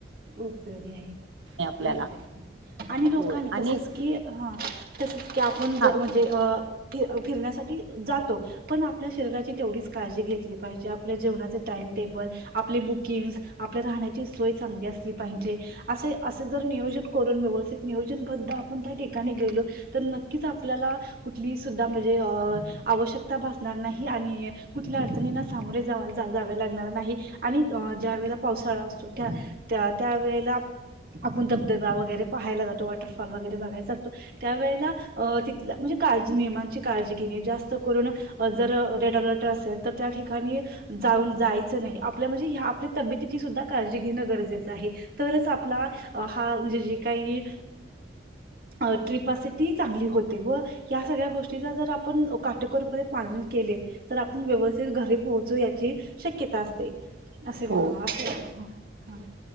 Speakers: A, on the right; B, on the right.
A: उपयोगी आहे
B: आपल्याला
A: हरक्यात आणि लोकांनी
B: हो अनेक
A: तसच की ह. तसच. की आपण ज
B: हा
A: म्हणजे अ फिरण्यासाठी जातो पण आपल्या शरीराची तेवढीच काळजी घेतली पाहिजे आपल्या जेवणाचे टाइम टेबल आपले बुकिंग्स आपल्या राहण्याची सोय चांगली असते. जी पाहिजे अस अस जर नियोजन करून व्यवथित नियोजन बद्द आपण त्या ठिकाण गेलो तर नक्कीच आपल्याला कु सुद्धा म्हणजे अ आवश्यकता भासणार नाही आणि कुठल्या अडचणीना सामोरे जा जावे लागणार नाही आणि ज्या वेळेला पावसाळा असतो त्या त्या त्यावेेळेला आपण धबधबा वगैरे पाहायला जातो वॉटरफॉल वगैरे बघायला जातो त्यावेळेला तिथला म्हणजे काळजी नियमांची काळजी घेणे जास्त करून जर रेड अलर्ट असेल तर त्या ठिकाणी जाऊन जायचं नाही आपल्या म्हणजे ह आपल्या तब्येची सुद्धा काळजी घेणं गरजेचं आहे. तरच आपला हा म्हणजे जे काही अ ट्रिप असे ती चांगली होते व या सगळ्या गोष्टीचा जर आपण काटेकोरपणे पालन केले तर आपण व्यवस्थित घरी पोहोचू याची शक्यता असते. असे म
B: हो
A: असे हा.